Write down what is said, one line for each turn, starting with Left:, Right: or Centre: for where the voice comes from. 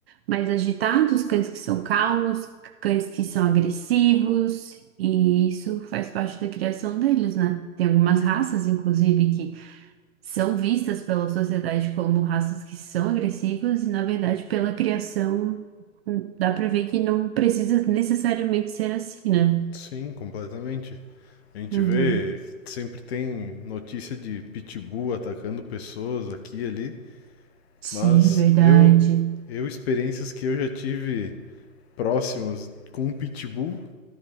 Right: mais agitados, cães que são calmos, cães que são agressivos, e isso faz parte da criação deles, né? Tem algumas raças, inclusive, que são vistas pela sociedade como raças que são agressivas, e na verdade, pela criação, hum, dá para ver que não precisa necessariamente ser assim, né?
Left: Sim, completamente. A gente
Right: Uhum.
Left: vê que sempre tem notícia de pitbull atacando pessoas aqui e ali,
Right: Sim,
Left: mas
Right: verdade.
Left: eu eu experiências que eu já tive próximas com um pitbull,